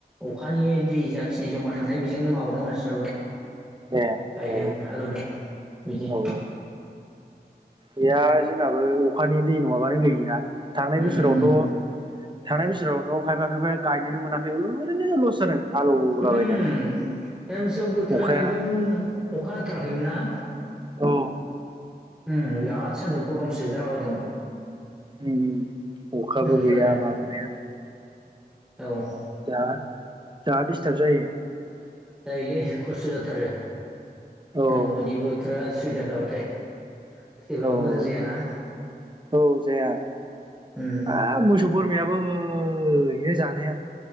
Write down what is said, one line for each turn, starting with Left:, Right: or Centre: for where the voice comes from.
Centre: अखानि दै जाखिनि जमा थानाय बेजोंनो माबादों मानसिफ्राबो
Right: ए
Centre: गायदों
Right: औ
Centre: हालेवदों बिदि।
Right: औ औ गैया जोंनाबो अखानि दै नङाबानो गैया थांनाय
Centre: उम
Right: बोसोरावथ' थांनाय बोसोरावथ' खायफा-खायफा गायनोनो मोनाखै ओरैनो लस जादों। हालौलाबायनानै
Centre: ओम दा बायसायाव बोथोरा
Right: अखाया
Centre: एकदम अखा हाथाराखै मोनना?
Right: औ।
Centre: ओम बिराद सान्दुं गरमसो जालाबायदोंमोन।
Right: उम उम अखाबो
Centre: नोगोरथ'
Right: गैया
Centre: आरो
Right: माबो गैया।
Centre: औ।
Right: जाह जा दिडिस्टार्ब जायो।
Centre: जायोलै खस्थ' जाथारो
Right: औ
Centre: नांगौबायदिबो थोरा सुबिदा होयाबाथाय खितिफ्राबो
Right: औ औ
Centre: मोजां जायाना?
Right: औ जाया।
Centre: उम
Right: हाब मोसौ बोरमायाबो होयो जानाया।